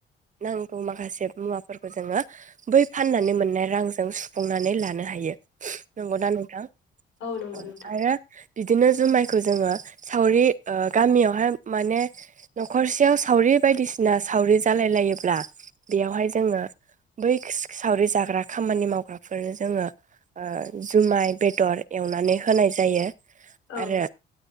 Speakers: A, on the right; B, on the left.
A: नांगौ माखासे मुवाफोरखौ जोङो बै फाननानै मोननाय रांजों सुफुंनानै लानो हायो। नंगौ ना नोंथां
B: नंगौ
A: औ
B: नोंथां
A: आरो बिदिनो जुमायखौ जोङो सावरि ओ गामियावहाय माने न'खरसेयाव सावरि बायदिसिना सावरि जालाय लायोब्ला बेयावहाय जोङो बै सावरि जाग्रा खामानि मावग्राफोरनो जोङो ओ जुमाय बेदर एवनानै होनाय जायो। आरो
B: औ